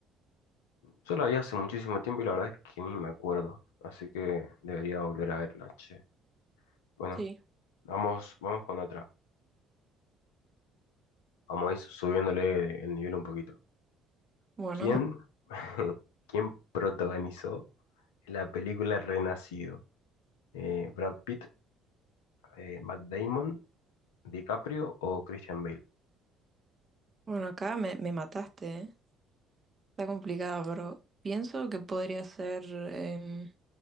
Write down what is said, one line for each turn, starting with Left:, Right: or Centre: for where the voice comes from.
Left: Yo la vi hace muchísimo tiempo y la verdad es que ni me acuerdo, así que debería volver a verla, che. Bueno,
Right: Sí,
Left: vamos, vamos con otra. Vamos a ir subiéndole el nivel un poquito.
Right: bueno.
Left: ¿Quién, <laughs> quién protagonizó la película Renacido? Eh, ¿Brad Pitt, eh, Matt Damon, DiCaprio o Christian Bale?
Right: Bueno, acá me, me mataste, ¿eh? Está complicado, pero pienso que podría ser em,